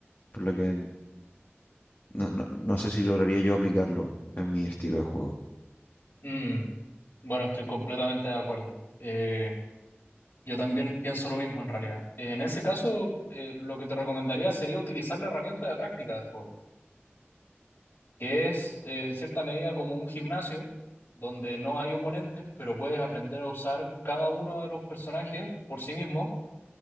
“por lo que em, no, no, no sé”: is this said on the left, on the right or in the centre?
Left